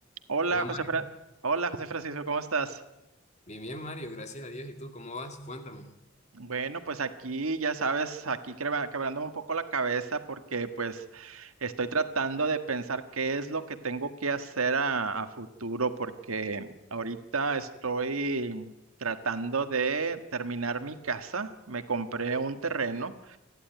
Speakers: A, on the right (about 85°); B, on the left (about 30°).
A: Hola,
B: Hola Mario.
A: José Fra- Hola, José Francisco, ¿cómo estás?
B: Bien, bien Mario, gracias a Dios. ¿Y tú cómo vas? Cuéntame.
A: Bueno, pues aquí, ya sabes, aquí quebra- quebrándome un poco la cabeza porque pues estoy tratando de pensar qué es lo que tengo que hacer a, a futuro porque ahorita estoy tratando de terminar mi casa, me compré un terreno